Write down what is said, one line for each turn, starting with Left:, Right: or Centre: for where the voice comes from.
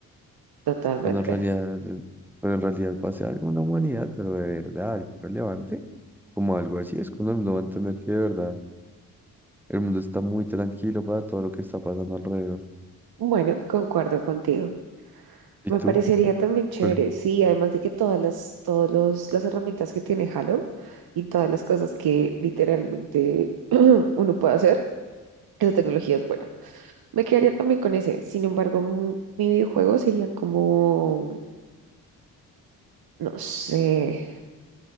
Right: Totalmente.
Centre: cuando en realidad, eh, cuando en realidad pase algo en la humanidad, pero de verdad, algo relevante, como algo así, es cuando uno va a entender que de verdad el mundo está muy tranquilo para todo lo que está pasando alrededor.
Right: Bueno, concuerdo contigo.
Centre: ¿Y
Right: Me
Centre: tú?
Right: parecería también chévere,
Centre: ¿Cuál es?
Right: sí, además de que todas las, todos los, las herramientas que tiene Halo y todas las cosas que literalmente <clears throat> uno puede hacer, esa tecnología es buena. Me quedaría también con ese, sin embargo, mm, mi videojuego sería como, no sé,